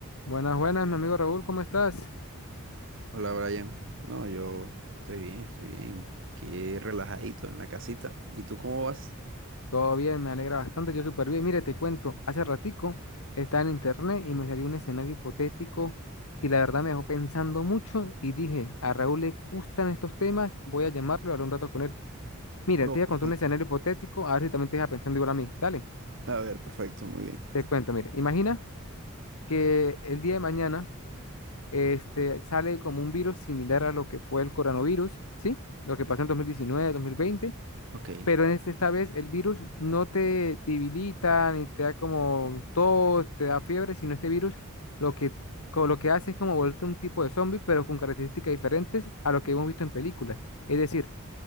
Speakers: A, on the left; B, on the right.
A: Buenas, buenas, mi amigo Raúl, ¿cómo estás?
B: Hola Brian, no, yo estoy bien, estoy bien, qué relajadito en la casita. ¿Y tú cómo vas?
A: Todo bien, me alegra bastante, yo súper bien. Mire, te cuento, hace ratico estaba en internet y me salió un escenario hipotético que la verdad me dejó pensando mucho y dije, a Raúl le gustan estos temas, voy a llamarlo y hablar un rato con él. Mira,
B: No,
A: te voy
B: perfecto.
A: a contar un escenario hipotético, a ver si también te deja pensando igual a mí. Dale,
B: A ver, perfecto, muy bien.
A: te cuento, mire, imagina que el día de mañana este, sale como un virus similar a lo que fue el coronavirus, ¿sí? Lo que pasó en dos dos mil diecinueve dos mil veinte
B: Ok,
A: pero en este, esta vez el virus no te debilita ni te da como tos, te da fiebre, sino este virus lo que, co- lo que hace es como volverte un tipo de zombie, pero con características diferentes a lo que hemos visto en películas. Es decir,